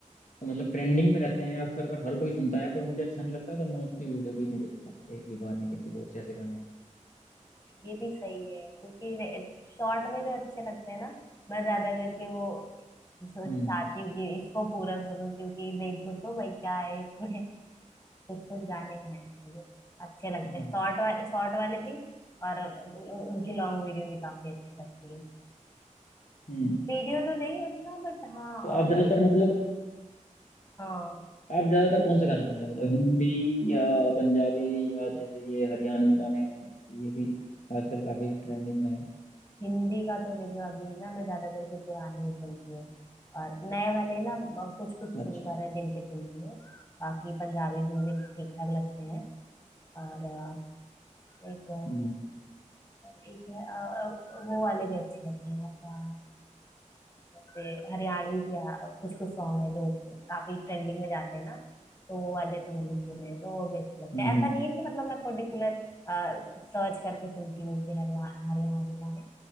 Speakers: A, on the left; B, on the left.
A: मतलब ट्रेंडिंग में रहते हैं अक्सर कर हर कोई सुनता है पर मुझे अच्छा नहीं लगता तो मैं उसकी वीडियो भी नहीं देखता एक भी बार नहीं देखी बहुत से ऐसे गाने हैं
B: ये भी सही है क्योंकि शॉर्ट में जो अच्छे लगते हैं ना मैं ज्यादा करके वो सो-
A: हम्म
B: चाहती हूँ कि इसको पूरा सुनूं क्योंकि देखूं तो भाई क्या है इसमें कुछ कुछ गाने हैं तो अच्छे लगते
A: हाँ
B: हैं शॉर्ट वाले शॉर्ट वाले भी और उनकी लॉन्ग वीडियो भी काफी अच्छी लगती है
A: हम्म
B: वीडियो तो नहीं उतना बट हाँ
A: तो आप
B: अ-
A: ज्यादातर मतलब
B: हाँ
A: आप ज्यादातर कौन से गाने सुनते हैं मतलब हिंदी या पंजाबी या जैसे ये हरियाणवी गाने हैं ये भी आजकल काफी ट्रेंडिंग में है
B: हिंदी का तो देखो अभी ना मैं ज्यादा करके पुराने ही सुनती हूँ और नए वाले ना कुछ कुछ सिंगर
A: अच्छा
B: है जिनके सुनती हूँ बाकी पंजाबी मुझे ठीक ठाक लगते हैं और अ, एक
A: हम्म
B: और एक है अ, अ, वो वाले भी अच्छे लगते हैं यार क्या जैसे हरियाणवी भी आ- कुछ कुछ सॉन्ग है जो काफी ट्रेंडिंग में जाते हैं ना तो वो वाले तो मैंने सुने हैं, तो वो भी अच्छे लगते
A: हम्म
B: हैं ऐसा
A: हम्म
B: नहीं है कि मतलब मैं पर्टिकुलर सर्च करके सुनती हूँ कि हरिवा- हरियाणवी गाने